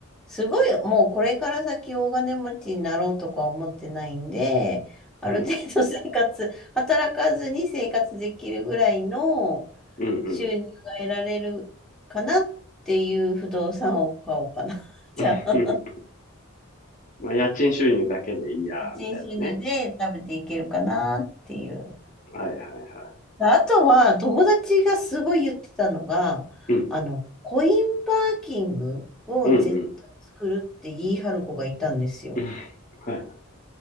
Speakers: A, in the centre; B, on the left.
A: すごい、もうこれから先大金持ちになろうとか思ってないんで、ある程度生活、
B: う。うん。
A: 働かずに生活できるぐらいの
B: うん、うん。
A: 収入が得られるかなっていう不動産を買おうかな。<laughs> じゃあ、
B: <laughs> まあ、家賃収入だけでいいや、
A: 家賃収入で食べていけるかなっていう。
B: みたいなね。はいはいは
A: あとは、友達がすごい言ってたのが、
B: い。うん。
A: あの、コインパーキングを絶対作るって言い張る子がいたんですよ。
B: うん、うん。うんはいはい。